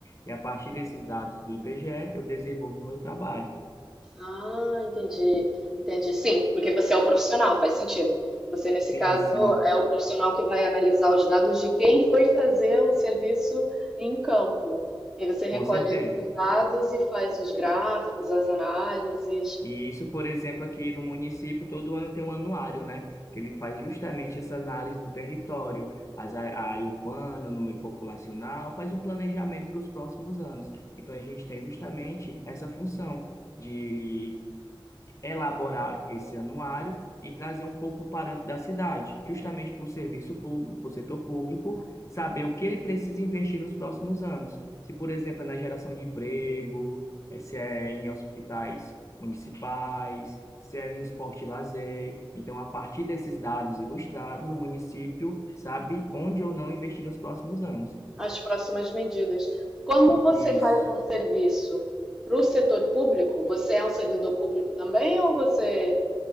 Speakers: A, on the left (about 35°); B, in the centre.
A: e a partir desses dados do IBGE eu desenvolvo o meu trabalho.
B: Ah, entendi, entendi. Sim, porque você é o profissional, faz sentido. Você, nesse
A: Sim,
B: caso,
A: sim,
B: é o profissional que vai analisar os dados de quem foi fazer o serviço em campo. E você recolhe
A: com certeza.
B: esses dados e faz os gráficos, as análises,
A: E isso, por exemplo, aqui no município, todo ano tem um anuário, né? Que ele faz justamente essa análise do território, as á- a área urbana, o número populacional, faz um planejamento para os próximos anos. Então, a gente tem justamente essa função de elaborar esse anuário e trazer um pouco o parâmetro da cidade, justamente para o serviço público, para o setor público, saber o que ele precisa investir nos próximos anos. Se, por exemplo, é na geração de emprego, eh, se é em hospitais municipais, se é em esporte e lazer. Então, a partir desses dados ilustrados, o município sabe onde ou não investir nos próximos anos.
B: as próximas medidas. Como você
A: Isso.
B: faz um serviço para o setor público, você é um servidor público também ou você